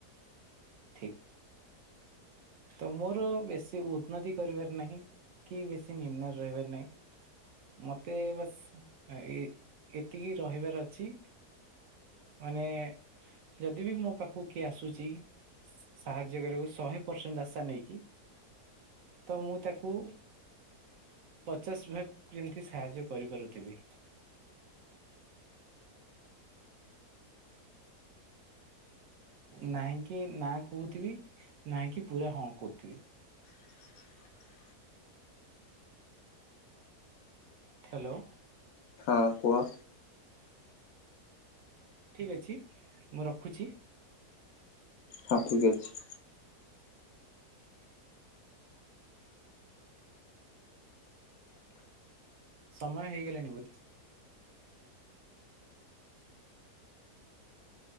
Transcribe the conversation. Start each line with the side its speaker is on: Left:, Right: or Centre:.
Right: ଠିକ ତ ମୋର ବେଶୀ ଉନ୍ନତି କରିବାର ନାହିଁ। କି ବେଶୀ ନିମ୍ନରେ ରହିବାର ନାଇଁ ମତେ ବାସ ଆ ଏ ଏତିକି ରହିବାର ଅଛି ମାନେ। ଯଦି ବି ମୋ ପାଖକୁ କିଏ ଆସୁଛି। ସାହାଯ୍ୟ କରିବାକୁ ଶହେ ପର୍ସେଣ୍ଟ ଆସା ନେଇକି ତ ମୁଁ ତାକୁ ପଚାଶ ଭାଗ କେମିତି ସାହାଯ୍ୟ କରିପାରୁଥିବି। ନାହିଁ କିି ନା କହୁଥିବି ନାହିଁ କିି ପୁରା ହଁ କହୁଥିବି।
Left: <inaudible>
Right: ହେଲୋ।
Left: ହଁ କୁହ।
Right: ଠିକ ଅଛି ମୁଁ ରଖୁଛି।
Left: ହଁ ଠିକ୍ ଅଛି।
Right: ସମୟ ହଇଗଲା ନୀ ବୋଧେ?